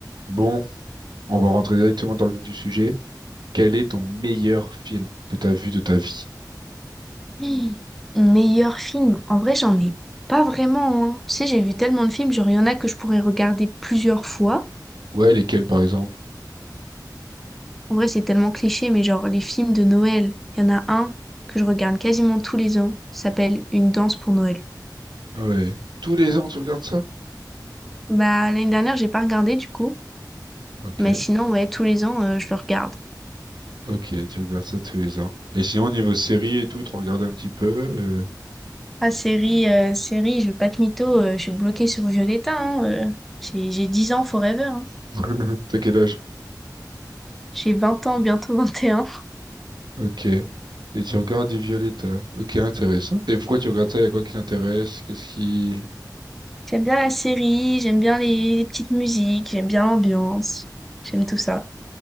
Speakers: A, on the right; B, in the centre.
A: Bon, on va rentrer directement dans le vif du sujet. Quel est ton meilleur film que tu as vu de ta vie?
B: Hum, Meilleur film. En vrai, j'en ai pas vraiment. hein. Tu sais, j'ai vu tellement de films, genre, il y en a que je pourrais regarder plusieurs fois.
A: Ouais, lesquels par exemple?
B: En vrai, c'est tellement cliché, mais genre, les films de Noël, il y en a un que je regarde quasiment tous les ans. Ça s'appelle Une danse pour Noël.
A: Ah Ouais. Tous les ans, tu regardes ça?
B: Bah, l'année dernière, j'ai pas regardé du coup.
A: Ok.
B: Mais sinon, ouais, tous les ans, euh, je le regarde.
A: Ok, tu regardes ça tous les ans. Et sinon, niveau série et tout, tu regardes un petit peu. euh,
B: Ah, série, euh, série, je vais pas te mytho, euh, je suis bloquée sur Violetta. hein, euh. J'ai j'ai 10 ans forever. hein.
A: <laughs> T'as quel âge?
B: J'ai 20 ans, bientôt 21.
A: Ok. Et tu regardes du Violetta. Ok, intéressant. Et pourquoi tu regardes ça? Il y a quoi qui t'intéresse? Qu'est-ce qui...
B: J'aime bien la série, j'aime bien les, les petites musiques, j'aime bien l'ambiance, j'aime tout ça.